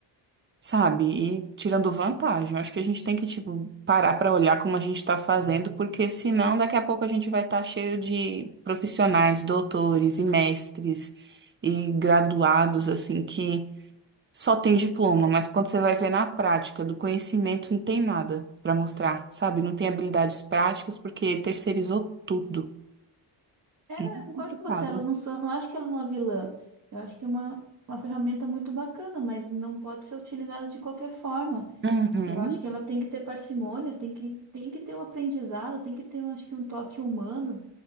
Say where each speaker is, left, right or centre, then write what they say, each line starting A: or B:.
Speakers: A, on the right; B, on the right.
A: sabe? E tirando vantagem. Eu Acho que a gente tem que, tipo, parar pra olhar como a gente tá fazendo, porque senão daqui a pouco a gente vai estar cheio de profissionais, doutores e mestres e graduados, assim, que só tem diploma, mas quando você vai ver na prática do conhecimento não tem nada pra mostrar, sabe? Não tem habilidades práticas porque terceirizou tudo.
B: É,
A: Muito
B: não, eu concordo
A: complicado.
B: com você, ela não, só, não acho que ela é uma vilã. Eu acho que é uma, uma ferramenta muito bacana, mas não pode ser utilizada de qualquer forma.
A: Uhum,
B: Eu acho que ela tem que ter parcimônia, tem que, tem que ter um aprendizado, tem que ter, eu acho que, um toque humano.